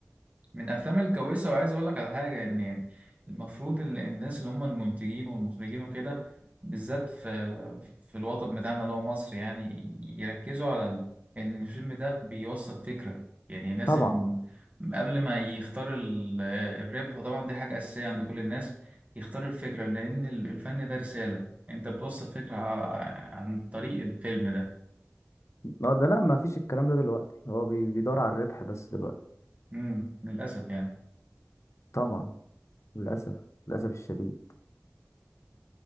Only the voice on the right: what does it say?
من افلام الكويسه وعايز اقول لك على حاجه ان يعني المفروض ال- الناس اللي هم المنتجين والمخرجين وكده بالذات في في الوطن بتاعنا اللي هو مصر يعني يركزوا على ال- ان الفيلم ده بيوصل فكره يعني لازم
قبل ما يختار ال- الربح وطبعا دي حاجه اساسيه عند كل الناس يختار الفكره لان ال- الفن ده رساله انت بتوصل فكره ع- عن طريق الفيلم ده
مم. للاسف يعني